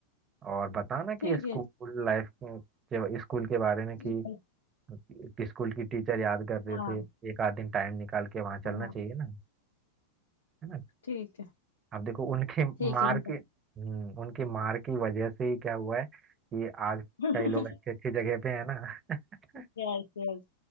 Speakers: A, on the right; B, on the left.
A: और बताना कि
B: ठीक
A: स्कूल
B: है
A: लाइफ के स्कूल के बारे में कि
B: ये-
A: कि स्कूल की टीचर याद कर रहे
B: हाँ
A: थे एक आध दिन टाइम निकाल के वहां चलना
B: हाँ
A: चाहिए ना है ना
B: ठीक है
A: अब देखो उनकी
B: ठीक
A: मार
B: है मैं
A: के हम्म उनकी मार की वजह से ही क्या हुआ है कि आज
B: <laughs>
A: कई लोग अच्छी अच्छी जगह पे है ना <laughs>
B: Yes yes